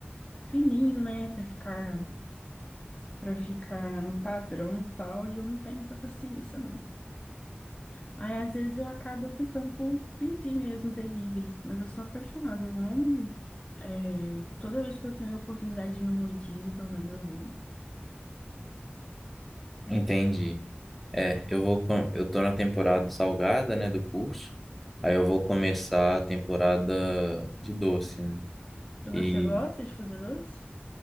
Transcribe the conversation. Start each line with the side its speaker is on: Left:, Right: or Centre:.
Left: fininho, né? Pra ficar, para ficar no padrão e tal, e eu não tenho muita paciência, não. Aí, às vezes, eu acabo optando por pedir mesmo delivery, mas eu sou apaixonada, eu amo. é, toda vez que eu tenho a oportunidade de ir no rodízio também, eu vou.
Centre: Entendi. É, eu vou, com- eu tô na temporada salgada, né, do curso. Aí eu vou começar a temporada de doce. né?
Left: E você
Centre: E
Left: gosta de fazer doce?